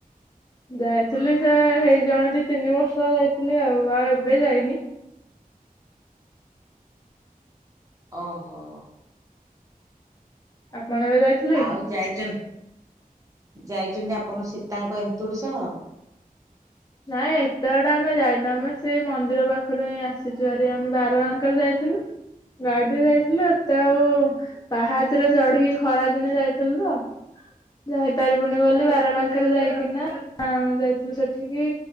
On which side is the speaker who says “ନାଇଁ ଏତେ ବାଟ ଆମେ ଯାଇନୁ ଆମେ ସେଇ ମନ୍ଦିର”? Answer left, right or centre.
Left